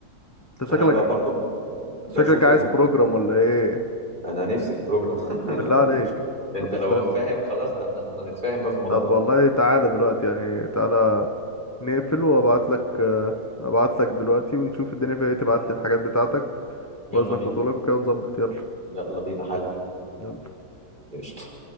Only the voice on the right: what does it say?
انا ب- برضو ب... بشوف
ال...
انا نفسي في بروجرام
<laughs> انت
لو فاهم خلاص ده احنا ده احنا نتفاهم بقى في الموضوع
ده
يلا
بينا
يلا بينا حل
قشطة